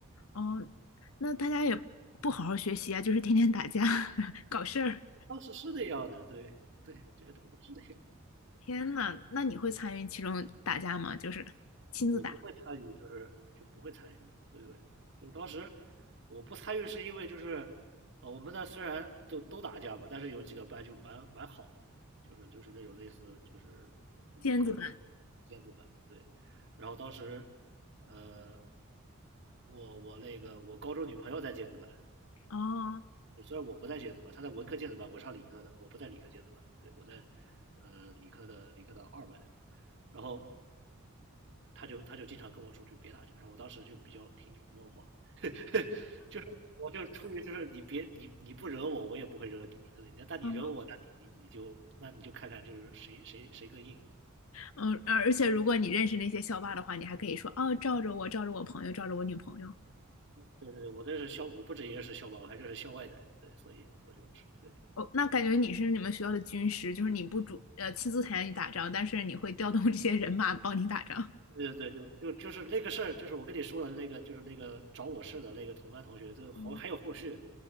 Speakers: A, on the left; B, on the right.
A: 哦，那大家也不好好学习啊，就是天天打架 <laughs> 搞事儿。
B: 当时是那样的，对对，这个当时是那样。
A: 天呐，那你会参与其中打架吗？就是亲自打。
B: 我不会参与，就是就不会参与。对对，就当时我不参与是因为就是，呃，我们那虽然都都打架吧，但是有几个班就蛮蛮好的，就是就是那种类似就是我们高中
A: 尖子班
B: 尖子班，对。然后当时，呃，我我那个我高中女朋友在尖子班，
A: 哦，
B: 虽然我不在尖子班，她在文科尖子班，我上理科的，我不在理科尖子班，对我在呃理科的理科的二班，然后。他就他就经常跟我说，就别打架。然后我当时就比较听女朋友话，<laughs> 就是我就出于就是你别你你不惹我，我也不会惹你，对不对？但你惹我，
A: 嗯
B: 那你你你就那你就看看就是谁谁谁更硬。
A: 嗯，而而且如果你认识那些校霸的话，你还可以说哦，罩着我，罩着我朋友，罩着我女朋友。
B: 对对对，我这是校，我不止也是校霸，我还认识校外的人，对，所以我就是对
A: 哦，那感觉你是你们学校的军师，就是你不主呃亲自参与打仗，但是你会调动 <laughs> 这些人马帮你打仗。
B: 对对对，就就就是那个事儿，就是我跟你说的那个，就是那个找我事的那个同班同学，就好还有后续，
A: 嗯，